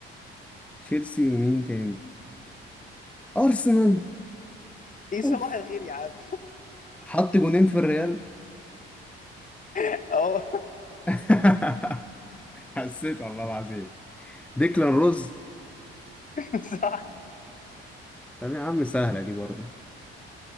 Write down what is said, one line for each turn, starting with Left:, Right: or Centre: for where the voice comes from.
Centre: تشيلسي ومين تاني ارسنال
Left: ايه صباح
Centre: اوف
Left: الخير يا عم
Centre: حط جونين في الريال
Left: اه
Centre: <laughs> حسيت والله العظيم ديكلان روز
Left: <laughs> صح
Centre: طب يا عم سهلة دي برضه